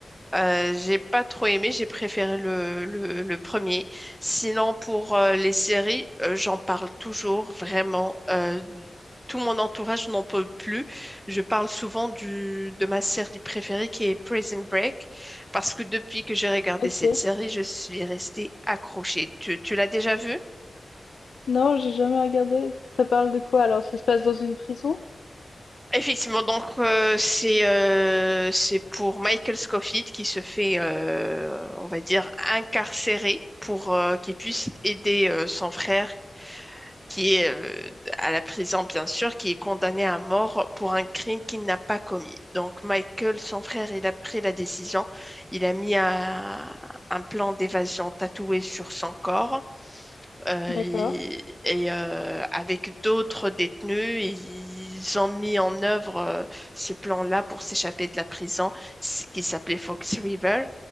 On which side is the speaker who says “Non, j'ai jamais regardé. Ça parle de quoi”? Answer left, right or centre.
Left